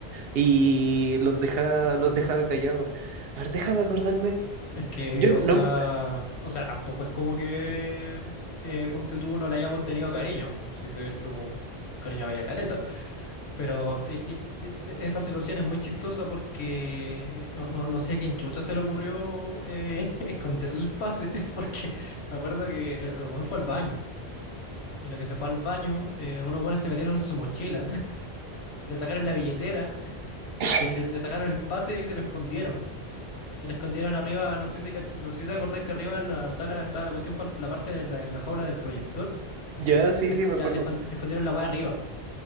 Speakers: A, on the right (about 70°); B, on the left (about 80°).
A: y los dejaba, los dejaba callados. A ver, déjame acordarme.
B: es que,
A: Yo no...
B: o sea,
A: <laughs>
B: o sea, tampoco es como que eh, ponte tú no le hayamos tenido cariño. po. Sí, de hecho, cariño había caleta. Pero eh, eh, eh, esa situación es muy chistosa porque eh, no, no, no sé a quién chucha se le ocurrió eh, <laughs> esconderle el pase, <laughs> porque me acuerdo que el, el weón fue al baño. En lo que se fue al baño, eh, unos weones se metieron en su mochila, <laughs> le sacaron la billetera, eh,
A: <coughs>
B: le le sacaron el pase y se lo escondieron. se la escondieron arriba, no sé si, ca- no sé si te acordás que arriba en la sala estaba la cuestión por la parte de la, en la jaula del proyector.
A: Ya, sí,
B: Le
A: sí,
B: esco-
A: me
B: ya,
A: acuerdo.
B: le escon- le escondieron la weá arriba.